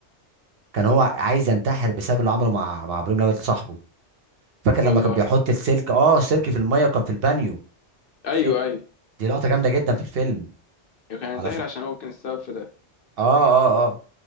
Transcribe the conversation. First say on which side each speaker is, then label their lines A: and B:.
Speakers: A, on the right; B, on the left.
A: كان هو عايز ينتحر بسبب اللي عمله مع مع ابراهيم الابيض صاحبه فاكر
B: والله
A: لما كان بيحط السلك اه السلك في الميه وكان في البانيو
B: ايوه
A: في...
B: ايوه
A: دي لقطه جامده جدا في الفيلم
B: يعني كان
A: على
B: ينتحر
A: ف...
B: عشان هو كان السبب في ده
A: اه اه اه